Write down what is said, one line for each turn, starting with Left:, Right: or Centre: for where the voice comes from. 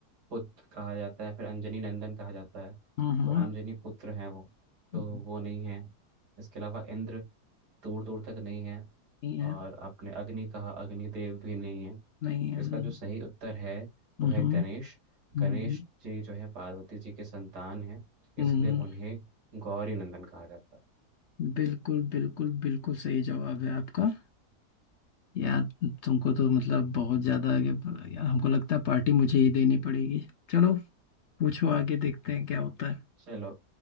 Right: पुत्र कहा जाता है फिर अंजनी नंदन कहा जाता है
Left: हम्म हम्म,
Right: तो अंजनी
Left: हाँ,
Right: पुत्र हैं वो तो
Left: नहीं
Right: वो नहीं है इसके अलावा इंद्र दूर दूर तक नहीं है
Left: है
Right: और आपने अग्नि कहा अग्निदेव भी नहीं है
Left: नहीं है हम्म
Right: इसका जो सही उत्तर है वो
Left: हम्म
Right: है गणेश
Left: हम्म,
Right: गणेश जी जो है पार्वती जी के संतान हैं इसलिए
Left: हम्म,
Right: उन्हें गौरी नंदन कहा जाता है
Left: बिल्कुल बिल्कुल बिल्कुल सही जवाब है आपका यार तुमको तो मतलब बहुत ज्यादा आगे यार हमको लगता है पार्टी मुझे ही देनी पड़ेगी चलो पूछो आगे देखते हैं क्या होता है
Right: चलो